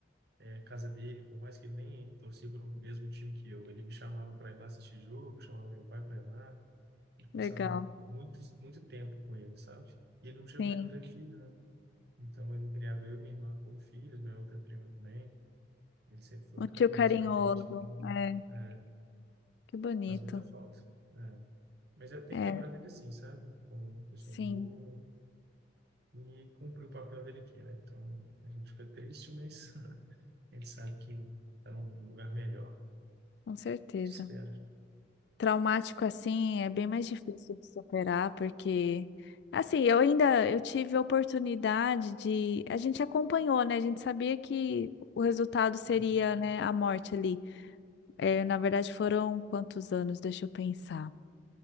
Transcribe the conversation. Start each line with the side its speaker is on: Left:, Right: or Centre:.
Right: É, a casa dele, por mais que ele nem torcia para o mesmo time que eu, ele me chamava para ir lá assistir jogo, chamava meu pai para ir lá. Ele passava
Left: legal.
Right: muito, muito tempo com ele, sabe? E ele não, tinha-
Left: Sim.
Right: ele não teve filho, né? Então ele criava eu e minha irmã como filhos, minha outra prima também. Ele sempre foi
Left: Um
Right: muito
Left: tio
Right: carinhoso
Left: carinhoso.
Right: com a gente, então
Left: É,
Right: é,
Left: que bonito.
Right: faz muita falta. É. Mas eu tenho
Left: É,
Right: que lembrar dele assim, sabe? Como pessoa
Left: sim,
Right: boa e cumpriu o papel dele aqui, né? Então a gente fica triste, mas <laughs> a gente sabe que está num lugar melhor.
Left: com certeza.
Right: Espera.
Left: Traumático assim é bem mais difícil de superar, porque assim, eu ainda eu tive a oportunidade de, a gente acompanhou, né? A gente sabia que o resultado seria,
Right: Uhum,
Left: né, a morte ali. É, na verdade, foram quantos anos? Deixa eu pensar.